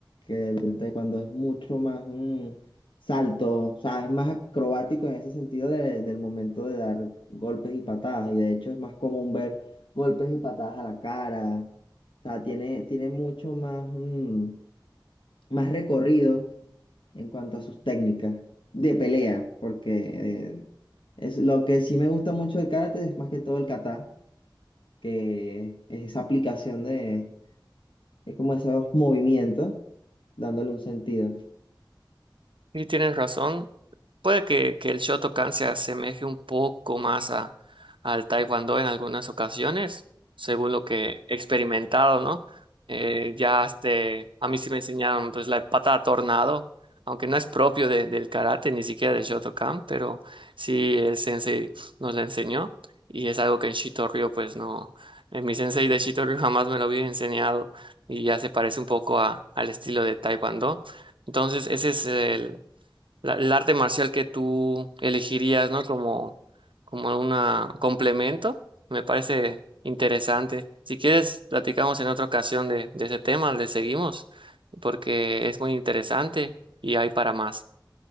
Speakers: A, on the left; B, on the right.
A: El taekwondo es mucho más mm, salto, o sea, es más acrobático en ese sentido de- del momento de dar golpes y patadas, y de hecho es más común ver golpes y patadas a la cara, o sea, tiene, tiene mucho más, mm, más recorrido en cuanto a sus técnicas de pelea, porque eh, es lo que sí me gusta mucho del karate es más que todo el kata, que es esa aplicación de, es como esos movimientos, dándole un sentido.
B: Sí, tienes razón. Puede que, que el Shotokan se asemeje un poco más a, al Taekwondo en algunas ocasiones, según lo que he experimentado, ¿no? Eh, ya este, a mí sí me enseñaron pues la patada tornado, aunque no es propio de- del karate, ni siquiera del Shotokan, pero sí el sensei nos la enseñó y es algo que en Shitoryu pues no, eh, mi sensei de Shitoryu jamás me lo había enseñado y ya se parece un poco a, al estilo de Taekwondo. Entonces ese es el la- el arte marcial que tú elegirías, ¿no? Como, como un complemento. Me parece interesante. Si quieres, platicamos en otra ocasión de, de ese tema, le seguimos, porque es muy interesante y hay para más.